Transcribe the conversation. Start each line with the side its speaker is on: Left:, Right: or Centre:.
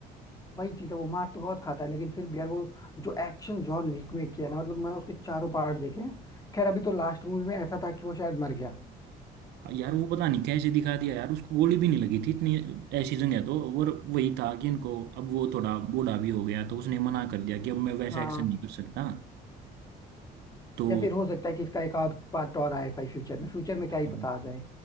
Left: वही चीज है वो मार तो बहुत खाता है लेकिन फिर भी यार वो जो एक्शन जॉन विक में किया ना मतलब मैं उसके चारों पार्ट देखे हैं खैर अभी तो लास्ट मूवी में ऐसा था कि वो शायद मर गया
Right: हाँ यार वो पता नहीं कैसे दिखा दिया यार उसको गोली भी नहीं लगी थी इतनी ऐसी जगह है तो और वही था कि इनको अब वो थोड़ा बूढ़ा भी हो गया तो उसने मना कर दिया कि अब मैं वैसा
Left: हाँ
Right: एक्शन नहीं कर सकता तो
Left: या फिर हो सकता है कि इसका एक आध पार्ट और आए भाई फ्यूचर में फ्यूचर में क्या
Right: हम
Left: ही पता आ जाए